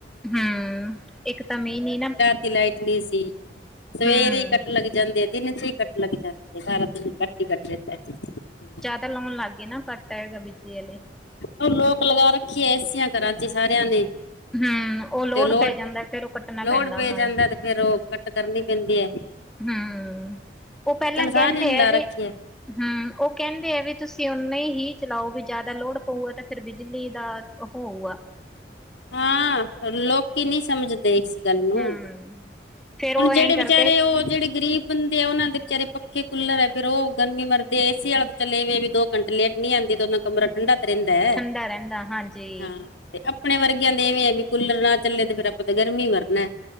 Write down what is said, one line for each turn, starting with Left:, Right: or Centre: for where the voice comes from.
Centre: ਹੰ ਇੱਕ ਤਾਂ ਮੀਹ ਨੀ ਨਾ
Left: ਕੇ ਲਾਈਟ ਨਹੀਂ ਸੀ ਸਵੇਰੇ
Centre: ਹੂੰ,
Left: ਹੀ ਕੱਟ ਲੱਗ ਜਾਂਦੇ ਦਿਨ ਚ ਹੀ ਕਟ ਲੱਗ ਜਾਂਦੇ ਸਾਰਾ ਕਟ ਹੀ ਕਟ ਰੰਹਦਾ ਫਿਰ
Centre: ਤਾਂ ਲਾਉਣ ਲੱਗ ਗਏ ਨਾ ਕੱਟ, ਆ ਹੈਗਾ ਬਿਜਲੀ ਆਲੇ
Left: ਉਹ ਲੋਕ ਲਗਾ ਰੱਖੀ ਏ ਏਸੀਆਂ ਘਰਾਂ ਚ ਸਾਰਿਆਂ ਨੇ
Centre: ਹੰ ਉਹ ਲੋਡ
Left: ਤੇ ਲੋੜ
Centre: ਪੈ ਜਾਂਦਾ ਫੇਰ ਉਹ ਕੱਟਣਾ
Left: ਲੋੜ
Centre: ਪੈਂਦਾ
Left: ਪੈ
Centre: ਉਹਨਾਂ
Left: ਜਾਂਦਾ
Centre: ਨੂੰ
Left: ਤੇ ਫੇਰ ਉਹ ਕੱਟ ਕਰਨੀ ਪੈਂਦੀ ਐ
Centre: ਹੰ ਉਹ ਪਹਿਲਾਂ
Left: ਸਾਰਿਆਂ
Centre: ਕਹਿੰਦੇ
Left: ਨੇ
Centre: ਐ
Left: ਲਾ
Centre: ਵੀ
Left: ਰੱਖੀ ਹੈ
Centre: ਹੰ ਉਹ ਕਹਿੰਦੇ ਆ ਵੀ ਤੁਸੀਂ ਓਨੇ ਹੀ ਚਲਾਓ ਵੀ ਜ਼ਿਆਦਾ ਲੋੜ ਪਊਗਾ ਤਾਂ ਫਿਰ ਬਿਜਲੀ ਦਾ ਉਹ ਹੋਆ
Left: ਹਾਂ ਲੋਕੀ ਨਹੀ ਸਮਝਦੇ ਇਸ ਗੱਲ ਨੂੰ
Centre: ਹੂੰ, ਫੇਰ ਉਹ
Left: ਹੁਨ ਜਿਹੜੇ
Centre: ਐਂ ਕਰਦੇ
Left: ਵਿਚਾਰੇ, ਉਹ ਜਿਹੜੇ ਗਰੀਬ ਬੰਦੇ ਆ ਉਹਨਾਂ ਦੇ ਵਿਚਾਰੇ ਪੱਕੇ ਕੂਲਰ ਐ ਫੇਰ ਉਹ ਗਰਮੀ ਮਰਦੇ ਏ ਏਸੀ ਆਲਾ ਤੋਂ ਚਲੇ ਵੀ ਦੋ ਘੰਟੇ ਲੇਟ ਨਹੀਂ ਆਉਂਦੀ ਤੇ ਉਹਨਾਂ ਕਮਰਾ ਠੰਡਾ ਤੇ ਰਹਿੰਦਾ ਐ,
Centre: ਠੰਡਾ ਰਹਿੰਦਾ ਹਾਂਜੀ।
Left: ਹਾਂ ਤੇ ਆਪਣੇ ਵਰਗਿਆਂ ਦੇ ਇਵੇਂ ਹੈ, ਵੀ ਕੂਲਰ ਨਾ ਚੱਲੇ ਤੇ ਫੇਰ ਆਪਾਂ ਤਾਂ ਗਰਮੀ ਮਰਨਾ ਐ